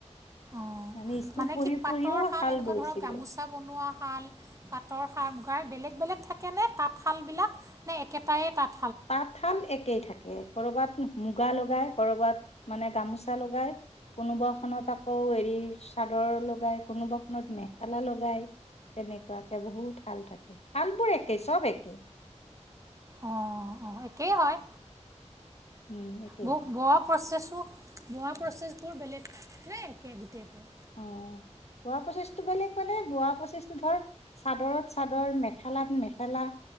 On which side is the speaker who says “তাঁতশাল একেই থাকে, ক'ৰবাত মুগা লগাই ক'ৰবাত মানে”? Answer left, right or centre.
Left